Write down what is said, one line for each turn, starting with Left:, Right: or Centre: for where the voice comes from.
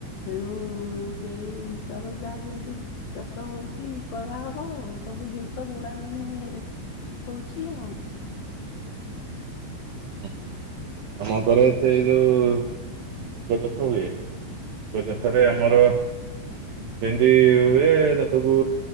Left: ତେଣୁ ଉଁ- ଉଁ ସେଇ ହିସାବରେ ଯାହା ଯେମିତି ଚାଷ ହଉଛି କରାହବ ଆଉ ସବୁ ଜିନିଷ ବୁଣା ବୁଣି ହେରେ ହୋଉଚି ଆଉ।
Right: ହୁଁ- ହୁଁ ଆମ ଘରେ ସେଇ ଯୋଉ-ଉ କପା ଚାଶ ହୁଏ, କପା ଚାଷରେ ଆମର। ସେମିତି ହୁଏ ତାକୁ